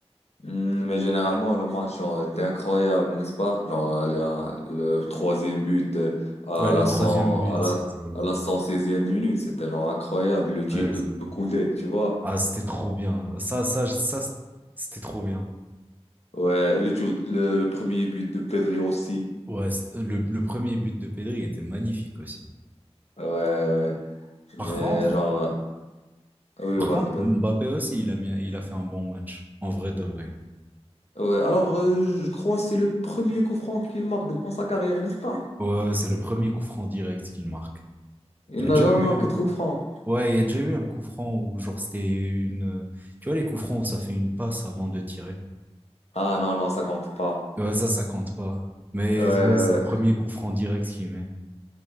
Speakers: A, on the left; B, on the right.
A: Hmm, Mais généralement, le match genre, était incroyable, n'est-ce pas? Genre, euh, la- le troisième but euh, à
B: Ouais,
A: la
B: le troisième
A: 100
B: but,
A: à la,
B: c'était...
A: à la cent seizième minute, c'était genre incroyable. Le tir
B: ouais,
A: de
B: c'est-
A: de Koundé, tu vois?
B: ah, c'était trop bien. Ça, ça, ça, c'était trop bien.
A: Ouais, et le, tir- le, le premier but de Pedri aussi.
B: Ouais, c'est- le, le premier but de Pedri était magnifique aussi.
A: Ouais, ouais.
B: Par
A: Mais
B: contre,
A: genre, euh, oui,
B: par
A: vas-y,
B: contre,
A: vas-y.
B: Mbappé aussi, il a mis, il a fait un bon match, en vrai de vrai.
A: Ouais, alors, euh, je crois que c'est le premier coup franc qu'il marque dans sa carrière, n'est-ce pas?
B: Ouais, c'est le premier coup franc direct qu'il marque.
A: Il
B: Il y
A: n'a
B: a déjà
A: jamais
B: eu,
A: marqué de coup franc.
B: Ouais, il y a déjà eu un coup franc où, genre, c'était une. Tu vois, les coups francs où ça fait une passe avant de tirer.
A: Ah non, non, ça compte pas.
B: Ouais, ça, ça compte pas. Mais
A: Ouais, ouais,
B: ouais, c'est le premier coup franc direct qu'il met.